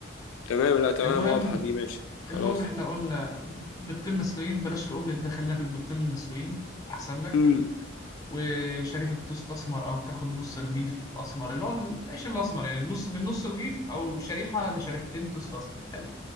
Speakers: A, on the left (about 85°); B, on the left (about 15°).
A: تمام لأ تمام
B: المهم
A: واضحة دي ماشي خلاص
B: المهم احنا قلنا بيضتين مسلوقين بلاش الاومليت ده خلينا في البيضتين المسلوقين احسن لك
A: امم
B: وشريحة توست اسمر او تاخد نص رغيف اسمر اللي هو العيش الاسمر يعني نص من نص رغيف او شريحة لشريحتين توست اسمر حلو